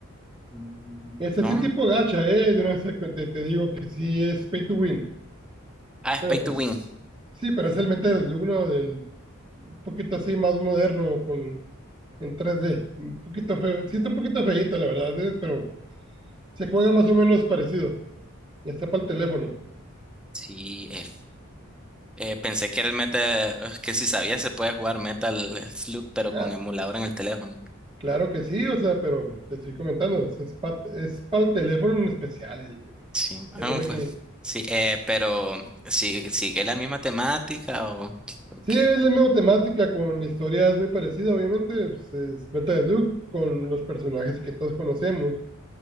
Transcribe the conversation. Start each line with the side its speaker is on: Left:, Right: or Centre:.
Centre: Mm,
Right: Es
Centre: No.
Right: así tipo gacha, ¿eh? De una vez te, te te digo que sí es pay to win.
Centre: Ah, es
Right: Pero
Centre: Pay to
Right: pues,
Centre: Win.
Right: sí, pero es el Metal Slug, ¿no? Del, un poquito así más moderno, con, en tres d Un poquito feo. Sí, está un poquito feíto, la verdad, ¿eh? Pero se juega más o menos parecido. Está para el teléfono.
Centre: Sí, eh, eh, pensé que era el Metal, es que si sabía se puede jugar Metal Slug, pero
Right: Ah,
Centre: con emulador en el teléfono.
Right: claro que sí, o sea, pero te estoy comentando, es, es pa- es para el teléfono en especial, el,
Centre: Sí, ah,
Right: el Awakening.
Centre: fue. Sí, eh, pero ¿sí- sigue la misma temática o, o
Right: Sí,
Centre: qué?
Right: es la misma temática, con historias muy parecidas, obviamente, pues, es Beta de Luke, con los personajes que todos conocemos,